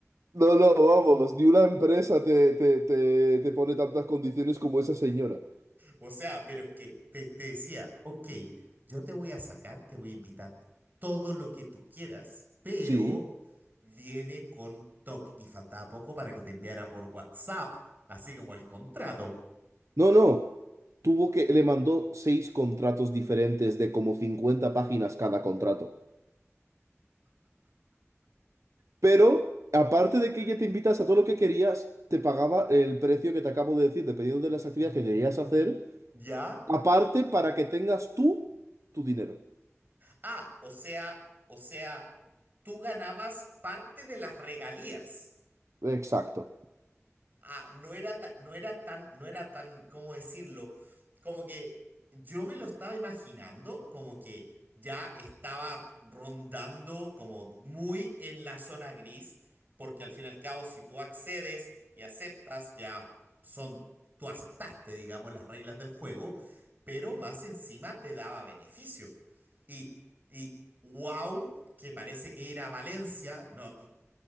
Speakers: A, on the right; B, on the right.
A: No, no, vamos, ni una empresa te, te, te, te pone tantas condiciones como esa señora.
B: O sea, pero es que te, te decía, ok, yo te voy a sacar, te voy a invitar todo lo que tú quieras, pero
A: Sí.
B: viene con TOC y faltaba poco para que te enviara por WhatsApp, así como el contrato.
A: No, no. Tuvo que, le mandó seis contratos diferentes de como 50 páginas cada contrato. Pero, aparte de que ella te invitas a todo lo que querías, te pagaba el precio que te acabo de decir, dependiendo de las actividades que querías hacer,
B: ¿Ya?
A: aparte para que tengas tú tu dinero.
B: Ah, o sea, o sea, tú ganabas parte de las regalías.
A: Exacto.
B: Ah, no era tan, no era tan, no era tan, ¿cómo decirlo? Como que yo me lo estaba imaginando, como que ya estaba rondando como muy en la zona gris, porque al fin y al cabo, si tú accedes y aceptas, ya son, tú aceptaste, digamos, las reglas del juego, pero más encima te daba beneficio. Y, y wow, que parece que ir a Valencia, no,